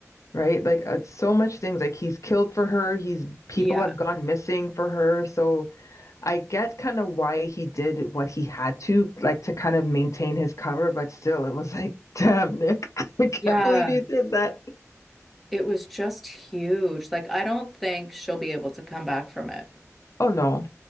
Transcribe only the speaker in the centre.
Yeah.
Yeah.
It was just huge. Like I don't think she'll be able to come back from it.